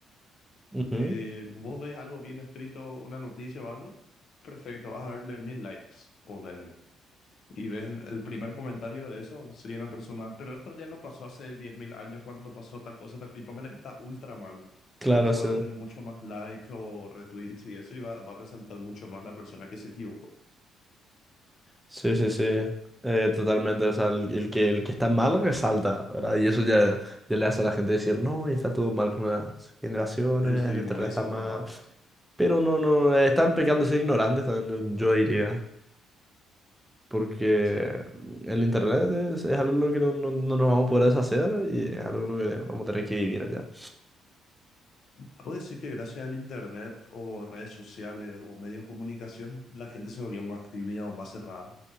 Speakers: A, in the centre; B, on the left.
A: Ujú,
B: eh, vos ves algo bien escrito, una noticia o algo, perfecto, vas a verle mil likes, ponele. Y ves el primer comentario de eso, sería una persona, pero esto ya no pasó hace 10.000 años cuando pasó tal cosa, tal, y póngale que está ultra mal.
A: Claro,
B: Y eso
A: sí.
B: va a tener mucho más likes o retweets y eso, y va, va a resaltar mucho más la persona que se equivocó.
A: Sí, sí, sí. Eh, totalmente, o sea, el, el que, el que está mal resalta, ¿verdad? Y eso ya, ya le hace a la gente decir, no, está todo mal con las generaciones,
B: Eh, sí
A: el internet
B: muy desinformado.
A: está mal. Pero no, no, eh, están pecando de ser ignorantes también, yo diría. Porque
B: Sí.
A: el internet es, es algo que no, no- no nos vamos a poder deshacer y es algo que vamos a tener que vivir allá.
B: Algo decir que gracias al internet o redes sociales o medios de comunicación, la gente se volvió más tímida o más cerrada.